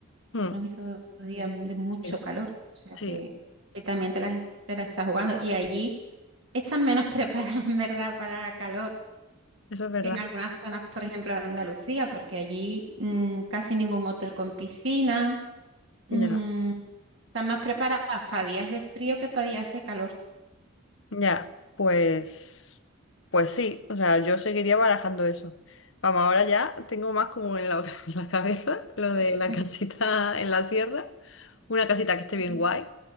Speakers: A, on the left; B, on the right.
A: Mm,
B: Nosotros nos hizo dos días de mucho
A: sí,
B: calor, o sea
A: sí,
B: que, que también te las, te las estás jugando. Y allí están menos <laughs> preparados, en verdad, para calor
A: eso es verdad.
B: que en algunas zonas, por ejemplo, de Andalucía, porque allí mm, casi ningún hotel con piscina, mm,
A: Ya,
B: están más preparados para días de frío que para días de calor.
A: ya, pues, pues sí, o sea, yo seguiría barajando eso. Vamos, ahora ya tengo más como en la, <laughs> en la cabeza lo
B: <laughs>
A: de la casita en la sierra, una casita que esté
B: Sí,
A: bien guay,